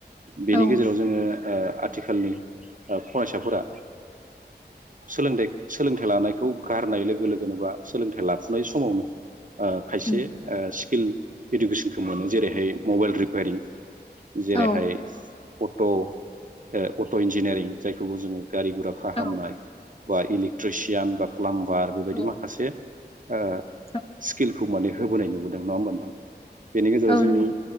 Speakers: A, on the right; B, on the left.
A: बेनि
B: औ
A: गेजेराव जोङो। ओ आथिखालनि फरायसाफोरा सोलोंथाइ सोलोंथाइ लानायखौ गारनाय लोगो लोगोनोबा सोलोंथाइ लाफ थुनाय समावनो। ओ खायसे
B: उम,
A: ओ सि किल इडुकेसनखौ मोनो जेरैहाय मबाइल रिपायारिं जेरैहाय
B: औ
A: अट ओ अट इन्जिनियारिं जायखौबो जोङो गारि गुरा फाहामनाय
B: औ
A: बा इलेक्ट्रिसियान बा प्लाम्ब बार बेबायदि
B: औ
A: माखासे ओ
B: औ
A: स्किलखौ माने होबोनाय नुबोदों नङा होमबा नोंथां बेनि गेजेराव
B: औ
A: जोंनि
B: नंगौ